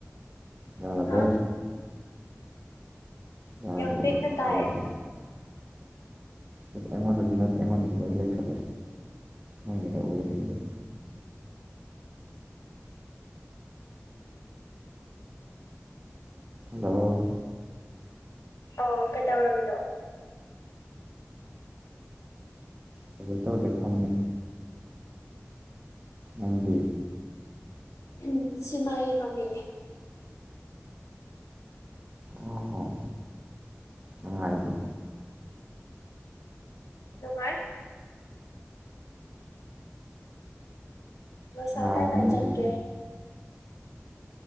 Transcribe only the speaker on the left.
ꯍꯥ
ꯌꯥꯝ ꯄꯤꯛꯅ ꯇꯥꯏꯌꯦ
ꯑꯥ ꯀꯩꯗꯧꯔꯝꯃꯤꯅꯣ
ꯎꯝ ꯁꯤꯃꯥ ꯌꯦꯡꯉꯝꯃꯤꯅꯦ
ꯅꯨꯡꯉꯥꯏ ꯉꯁꯥꯏ
ꯀꯥꯏ
ꯀꯥꯏ ꯆꯠꯀꯦ